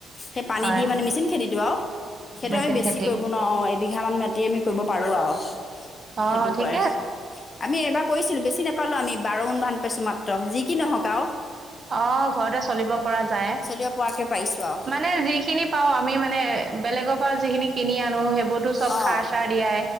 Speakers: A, on the left; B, on the right.
A: সেই পানী
B: হয়
A: দি মানে মেচিন খেতিটো আৰু সেইটো
B: মেচিন
A: আমি বেছি
B: খেতি।
A: কৰিব নোৱাৰোঁ অঁ এবিঘামান মাটি আমি কৰিব পাৰোঁ আৰু
B: অ
A: সেইটো
B: ঠিক
A: কৰে আমি এবাৰ কৰিছিলো বেছি নাপালো আমি বাৰ মুন মান পাছ ছো মাত্ৰ যি কি নহওক আৰু
B: অ ঘৰতে চলিব পৰা যায়
A: চলিব পৰাকৈ পাৰিছোঁ আৰু
B: মানে যিখিনি পাও আমি মানে বেলেগৰ পৰা যিখিনি কিনি আনো সেইবোৰ টো চব
A: অ',
B: খা চা দিয়া